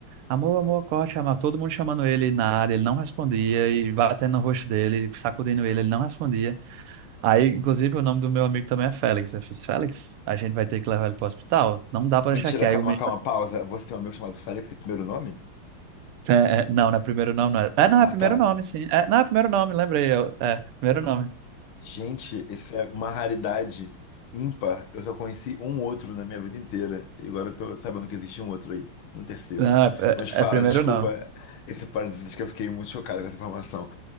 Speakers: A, on the right (about 80°); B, on the left (about 75°).
A: amor, amor, corre, chamava todo mundo chamando ele, e nada, ele não respondia, e batendo no rosto dele, sacudindo ele, ele não respondia. Aí, inclusive, o nome do meu amigo também é Félix. Eu fiz, Félix, a gente vai ter que levar ele pro hospital. Não dá pra
B: Mentira,
A: deixar aqui. Aí
B: calma,
A: o menino.
B: calma, pausa. Você tem um amigo chamado Félix, tem primeiro nome?
A: É, é, não, não é primeiro nome, não é. É, não,
B: Ah,
A: é primeiro
B: tá.
A: nome, sim. É, não, é primeiro nome, lembrei eu. É, primeiro nome.
B: Gente, isso é uma raridade ímpar. Eu só conheci um outro na minha vida inteira. E agora eu tô sabendo que existe um outro aí, um terceiro.
A: Não, é,
B: Mas fala,
A: é é primeiro
B: desculpa
A: nome.
B: esse parênteses que eu fiquei muito chocado com essa informação.